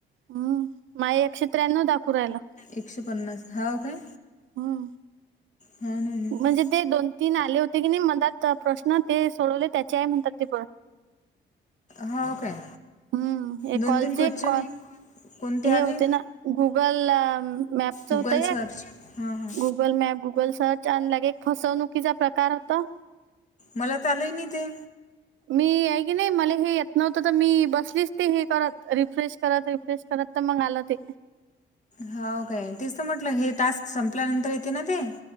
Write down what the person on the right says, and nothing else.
हम्म माय एकशे त्र्याण्णव दाखवू राहिलं
हम्म
म्हणजे ते दोन तीन आले होते की नाही, मनात प्रश्न ते सोडवले त्याचे हाय म्हणतात ते.
हम्म हे
कॉलचे
कॉल
हे
होते ना, गुगल मॅपच
होत या.
गुगल मॅप गुगल सर्च आणि लगे, एक फसवणुकीचा प्रकार होता.
मी आहे की नाही मला हे येत नव्हतं तर, मी बसलीच ते हे करत रिफ्रेश करत रिफ्रेश करत. मंग आले ते,